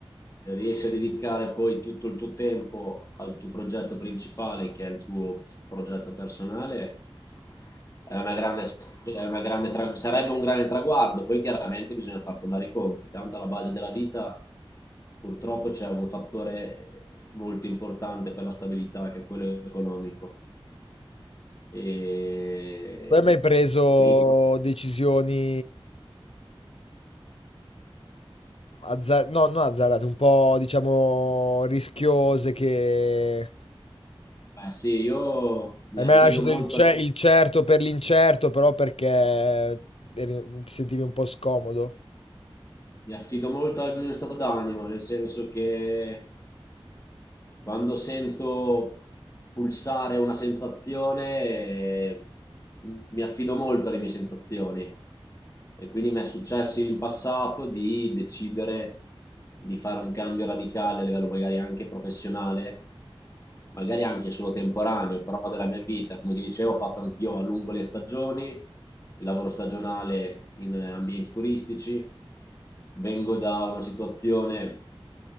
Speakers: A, on the left; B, on the left.
A: riesci a dedicare poi tutto il tuo tempo al tuo progetto principale, che è il tuo progetto personale, è una grande, è una grande tra- sarebbe un grande traguardo. Poi chiaramente bisogna far tornare i conti. Tanto alla base della vita purtroppo c'è un fattore molto importante per la stabilità, che è quello economico. E
B: Tu hai mai preso
A: quindi,
B: decisioni azza- no, non azzardate, un po', diciamo, rischiose che...
A: beh, sì, io mi
B: Hai
A: affido
B: mai lasciato
A: molto,
B: il, ce- il certo per l'incerto, però perché eri- ti sentivi un po' scomodo?
A: mi affido molto al mio stato d'animo, nel senso che Quando sento pulsare una sensazione, eh, mi affido molto alle mie sensazioni e quindi mi è successo in passato di decidere di fare un cambio radicale a livello magari anche professionale, magari anche solo temporaneo, però della mia vita, come ti dicevo, ho fatto anch'io a lungo le stagioni, il lavoro stagionale in ambienti turistici, vengo da una situazione